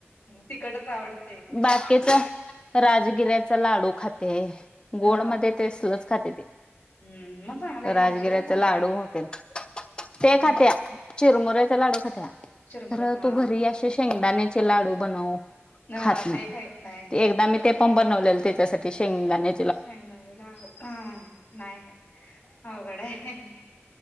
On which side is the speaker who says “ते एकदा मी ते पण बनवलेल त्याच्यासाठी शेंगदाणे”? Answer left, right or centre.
Left